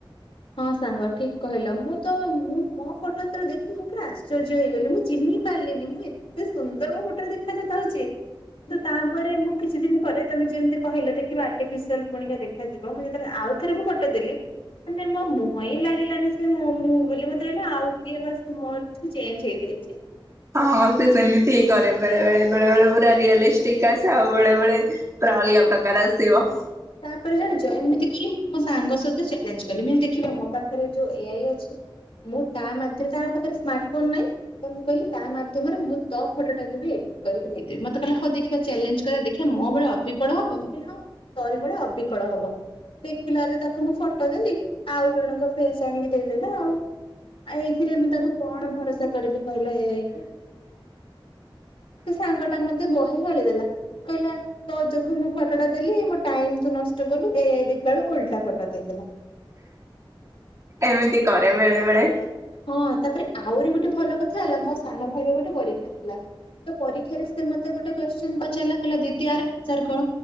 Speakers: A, on the left; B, on the right.
A: ହଁ ସାଙ୍ଗ ଠିକ କହିଲ ମୁଁ ତ ମୁଁ ମୋ ଫଟୋ ଦେଖି ମୁଁରେ ଆଶ୍ଚର୍ଯ୍ୟ ହେଇଗଲି ମୁଁ ଚିହ୍ନି ପାରିଲିନି ମୁଁ ଏତେ ସୁନ୍ଦର ମୋ ଫଟୋରେ ଦେଖଥାଉଛି, କିନ୍ତୁ ତାପରେ ମୁଁ କିଛି ଦିନ ପରେ ତମେ ଯେମିତି କହିଲ ଦେଖବା ଆର୍ଟିଫିସିଆଲ ପରିକା ଦେଖାଯିବ ମୁଁ ଯେତେବେ ଆଉ ଥରେ ମୁଁ ଫଟୋ ଦେଲି ମାନେ ମୋ ମୁହଁ ହିଁ ଲାଗିଲାନି ସେ ମୋ ମୁଁ ବୋଲି ମତେ ରହିଲା ଆଉ କିଏ ମୋ ଚେଞ୍ଜ ହେଇଯାଇଛି।
B: ହଁ ହଁ ସେ ସେମିତି ହିଁ କରେ ବେଳେ, ବେଳେ ବେଳେ ବେଳେ ପୁରା ରିଅଲିଷ୍ଟିକ ଆସେ ଆଉ ବେଳେ ବେଳେ ପୁରା ଅଲଗା ପ୍ରକାର ଆସିବ।
A: ତାପରେ ଜାଣିଛ ଏମିତି କି ମୁଁ ମୋ ସାଙ୍ଗ ସହିତ ଚ୍ୟାଲେଞ୍ଜ କଲି। ଦେଖିବା ମୋ ପାଖରେ ଯୋଉ ଏ ଆଇ ଅଛି ମୁଁ ତା ମାଧ୍ୟ ତା ପାଖରେ ସ୍ମାର୍ଟ ଫୋନ ନାହିଁ ତ ମୁଁ କହିଲି ତା ମାଧ୍ୟମରେ ମୁଁ ତ ଫଟୋଟାକୁୁ ବି ଏଡିଟ କରିକି ଦେଇଦେବି, ମତେ କହିଲା ହଁ ଦେଖିବା ଚ୍ୟାଲେଞ୍ଜ କରିବା ଦେଖିବା ମୋ ଭଳେ ଅବିକଳ ହବ, ମୁଁ କହିଲି ହଁ। ତରି ପରିକା ଅବିକଳ ହବ, ଦେଖିଲ ରୁ ତାକୁ ମୁଁ ଫଟୋ ଦେଲି ଆଉ ଜଣଙ୍କ ଫେସ୍ ଆଣିକି ଦେଇଦେଲା ଆଉ। ଆଉ ଏଇଥିରେ ମୁଁ ତାଙ୍କୁ କଣ ଭରସା କରିବି କହିଲ ଏ ଆଇ କୁ। ସେ ସାଙ୍ଗ ଟା ମତେ ବହେ ଗାଳିଦେଲା। କହିଲା ତୋ ଯୋଗୁ ମୁଁ ଫଟଟା ଦେଲି ମୋ ଟାଇମ ତୁ ନଷ୍ଟ କଲୁ ଏଆଇ ଦେଖିଲା ବେଳଳୁ ଓଲଟା ଫଟୋ ଦେଇଦେଲା।
B: ଏମିତି କରେ ବେଳେ ବେଳେ।
A: ହଁ ତାପରେ ଆଉ ଗୋଟେ ଭଲ କଥା ହେଲା ମୋ ସାନ ଭାଇର ଗୋଟେ ପରୀକ୍ଷା ଥିଲା, ତ ପରୀକ୍ଷାରେ ସେ ମତେ ଗୋଟେ କ୍ୱେଶ୍ଚି ପଚାରିଲଲା ଦିିତି ଆ ହଜାର କଣ?